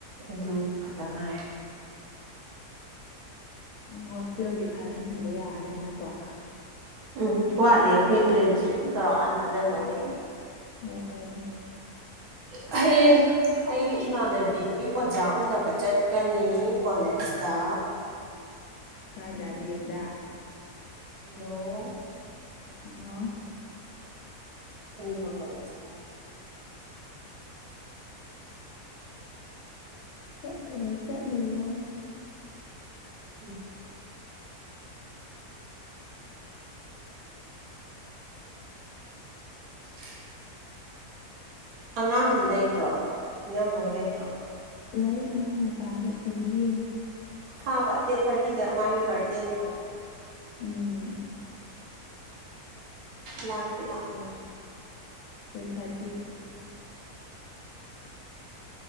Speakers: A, on the right; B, on the left.
A: ꯑꯗꯨ ꯈꯛꯇ ꯉꯥꯏꯔꯦ
B: ꯑ ꯍꯣꯁꯇꯦꯜꯒꯤ ꯊꯥꯖꯟꯨꯕ ꯌꯥꯔꯅꯤꯅꯀꯣ
A: ꯎꯝ ꯋꯥꯠꯂꯤ ꯑꯩꯈꯣꯏ ꯔꯦꯖꯤꯁꯇ꯭ꯔꯦꯁꯟ ꯇꯧꯔꯀꯥꯟꯗ ꯊꯥꯖꯟꯗꯧꯋꯦꯅꯦ
B: ꯑꯣ
A: ꯍꯌꯦꯡ ꯑꯩꯒꯤ ꯏꯃꯥꯟꯅꯕꯤꯒꯤ ꯑꯣꯖꯥ ꯎꯕ ꯆꯠꯀꯅꯤ ꯀꯣꯂꯦꯖ ꯠꯇ
B: ꯀꯥꯏꯗꯗꯤ ꯑꯦꯝꯗ
A: ꯍꯜꯂꯣ
B: ꯑꯣ
A: ꯃꯅꯤꯄꯨꯔ ꯀꯂꯦꯖꯇ
B: ꯆꯠꯂꯨꯔꯣ ꯆꯠꯂꯨꯔꯣ
A: ꯎꯝ <unintelligible> ꯑꯉꯥꯡꯗꯤ ꯂꯩꯇ꯭ꯔꯣ ꯏꯅꯝꯣꯏ ꯂꯩꯇ꯭ꯔꯣ
B: ꯂꯩ ꯑꯉꯥꯡ ꯃꯄꯥꯟꯗ ꯇꯤꯚꯤ ꯌꯦꯡꯉꯤ
A: ꯍꯥꯕ ꯗꯦꯠ ꯊꯥꯔꯇꯤꯗ ꯃꯥꯒꯤ ꯕꯥꯔꯊꯗꯦꯅꯦ ꯍꯥꯏꯕ
B: ꯎꯝ
A: ꯂꯥꯛꯇ ꯂꯥꯛꯅꯤꯡꯉ
B: ꯊꯔꯇꯤ